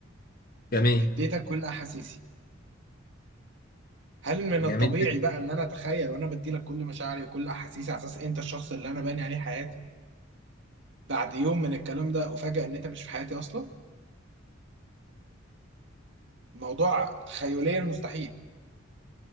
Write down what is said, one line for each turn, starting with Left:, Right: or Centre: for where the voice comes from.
Left: جميل
Right: اديتك كل احاسيسي هل من
Left: جميل
Right: الطبيعي
Left: جدا
Right: بقى ان انا اتخيل وانا بديلك كل مشاعري وكل احاسيسي على اساس انت الشخص اللي انا باني عليه حياتي بعد يوم من الكلام ده افاجئ ان انت مش في حياتي اصلا الموضوع تخيليا مستحيل